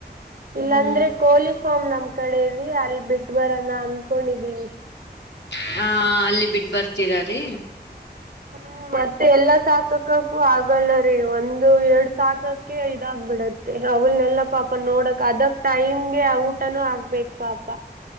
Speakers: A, on the right; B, on the left.
A: ಇಲ್ಲಾಂದ್ರೆ
B: ಹ್ಮ್
A: ಯೂನಿಫಾರ್ಮ್ ನಮ್ ಕಡೆ ಇವಿ ಅಲ್ಲಿ ಬಿಟ್ಟು ಬರ ನ ಅನ್ಕೊಂಡಿದ್ದೀವಿ
B: ಹಾ ಅಲ್ಲಿ ಬಿಟ್ಟ ಬರ್ತೀರಾರೀ
A: ಹ್ಮ್ ಮತ್ತೆ ಎಲ್ಲಾ ಸಾಕಕಕ್ಕೂ ಆಗಲ್ಲರಿ ಒಂದು ಎರಡ್ ಸಾಕಕ ಇದಾಗಬಿಡತ್ತೆ ಅವಲ್ನೆಲ್ಲ ಪಾಪ ನೋಡಕ್ ಅದಕ್ ಟೈಮ್ಗೆ ಆ ಊಟನೂ ಹಾಕ್ಬೇಕು ಪಾಪ